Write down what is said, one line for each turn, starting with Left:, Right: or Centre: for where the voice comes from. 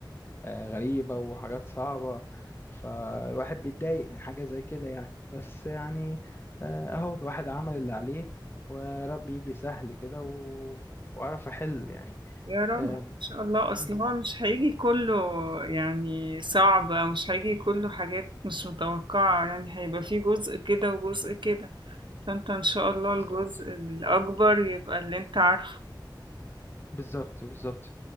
Left: آه، غريبة وحاجات صعبة فالواحد بيتضايق من حاجة زي كده يعني بس يعني آه، اهو الواحد عمل اللي عليه وربي يجي سهل كده و... وعرف احل يعني
Right: يا رب
Left: آم،
Right: ان شاء الله اصل
Left: مم،
Right: هو مش هيجي كله يعني صعب او مش هيجي كله حاجات مش متوقعة يعني هيبقى فيه جزء كده وجزء كده فانت ان شاء الله الجزء
Left: بالظبط
Right: الاكبر يبقى اللي انت عارفه
Left: بالظبط بالظبط